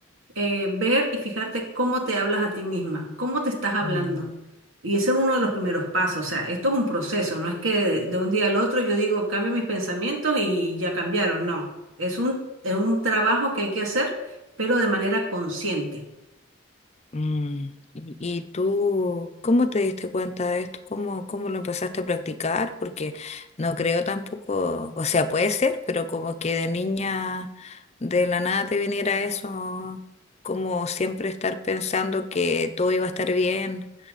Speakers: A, on the right; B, on the left.
A: eh, ver y fijarte cómo te hablas a ti misma, cómo te estás hablando.
B: Mm.
A: Y ese es uno de los primeros pasos, o sea, esto es un proceso, no es que de, de un día al otro yo digo, cambio mis pensamientos y ya cambiaron, no, es un, es un trabajo que hay que hacer, pero de manera consciente.
B: Mm, ¿Y y tú cómo te diste cuenta de esto? ¿Cómo, cómo lo empezaste a practicar? Porque no creo tampoco, o sea, puede ser, pero como que de niña de la nada te viniera eso, como siempre estar pensando que todo iba a estar bien.